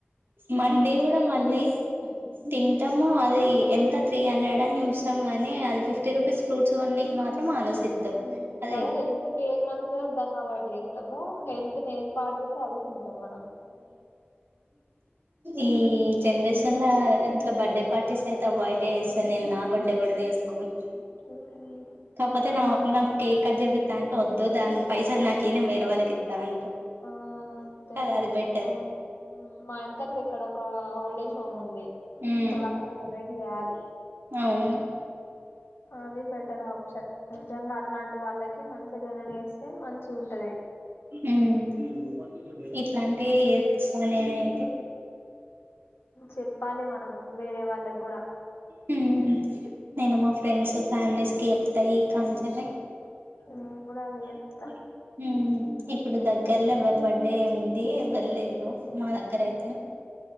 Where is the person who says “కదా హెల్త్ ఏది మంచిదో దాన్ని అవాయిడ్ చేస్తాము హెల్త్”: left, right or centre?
Left